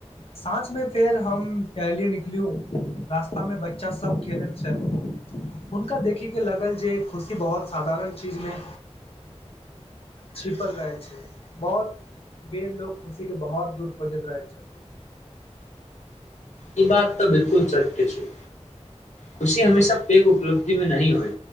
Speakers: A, on the left (about 55°); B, on the left (about 80°).
A: सााँझ मे फेर हम टहलिय निकलिय रास्तामे बच्चासभ खेलैत छल हुनका देखैके लागल जे खुशी बहुत साधारण चीजमे छिपल रहेैय छैय बहुत बेर लोग खुशी के बहुत दूर खोजैत रहेै छथिन
B: ई बात तऽ बिल्कुल सत्य छै खुशी हमेशा पेघ उपलब्धि मे नऽ नहि होइ